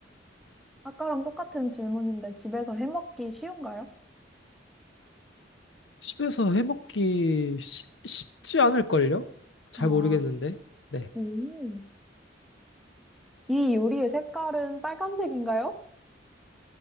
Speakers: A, in the centre; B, on the left.
A: 아까랑 똑같은 질문인데 집에서 해 먹기 쉬운가요?
B: 집에서 해먹기 쉬- 쉽지 않을걸요? 잘
A: 아,
B: 모르겠는데. 네,
A: 오. 이 요리의 색깔은 빨간색인가요?